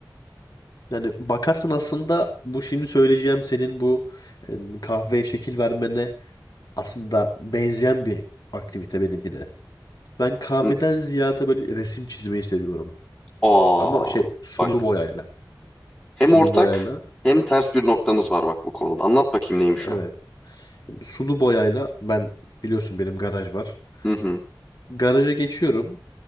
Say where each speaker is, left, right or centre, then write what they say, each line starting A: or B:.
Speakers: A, on the left (about 55°); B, on the left (about 20°).
A: Yani bakarsan aslında bu şimdi söyleyeceğim senin bu e, kahveye şekil vermene aslında benzeyen bir aktivite benimki de. Ben kahveden
B: N-
A: ziyade böyle resim çizmeyi seviyorum.
B: Aa,
A: Ama şey sulu
B: bak.
A: boyayla. Sulu
B: Hem ortak
A: boyayla.
B: hem ters bir noktamız var bak bu konuda. Anlat bakayım neymiş
A: Evet.
B: o?
A: Sulu boyayla ben biliyorsun benim garaj var.
B: Hı hı.
A: Garaja geçiyorum.